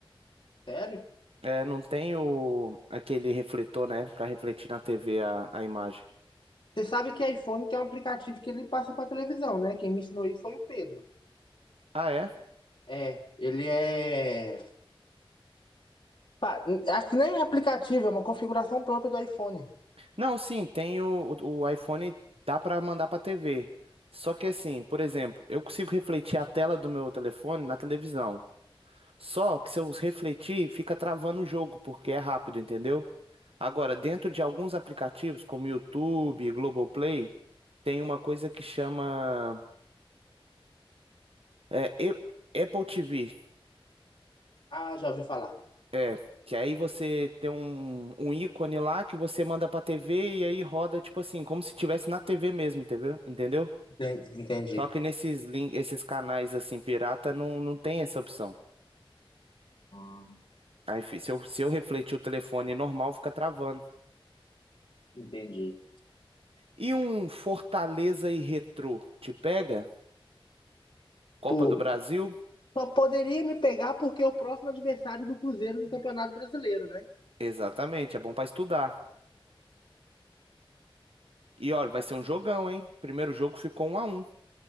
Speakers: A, on the left (about 60°); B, on the right (about 80°).
A: Sério?
B: É, não tem o... aquele refletor, né? Pra refletir na TV a, a imagem.
A: Você sabe que iPhone tem um aplicativo que ele passa pra televisão, né? Quem me ensinou isso foi o Pedro.
B: Ah, é?
A: É, ele é. Pá, n- acho que nem é aplicativo, é uma configuração própria do iPhone.
B: Não, sim, tem o, o, o iPhone, dá pra mandar pra TV. Só que assim, por exemplo, eu consigo refletir a tela do meu telefone na televisão. Só que se eu refletir, fica travando o jogo, porque é rápido, entendeu? Agora, dentro de alguns aplicativos, como YouTube, Globoplay, tem uma coisa que chama é, e- Apple TV.
A: Ah, já ouvi falar.
B: É, que aí você tem um, um ícone lá que você manda pra TV e aí roda, tipo assim, como se tivesse na TV mesmo, entendeu? Entendeu?
A: Entendi. Entendi.
B: Só que nesses, lin- esses canais, assim, pirata, não, não tem essa opção.
A: Ah,
B: Aí, fi- se eu, se eu refletir o telefone normal, fica travando.
A: entendi.
B: E um Fortaleza e Retrô te pega? Copa
A: Pô,
B: do Brasil?
A: só poderia me pegar porque é o próximo adversário do Cruzeiro no Campeonato Brasileiro, né?
B: Exatamente, é bom pra estudar. E olha, vai ser um jogão, hein? Primeiro jogo ficou 1 a 1.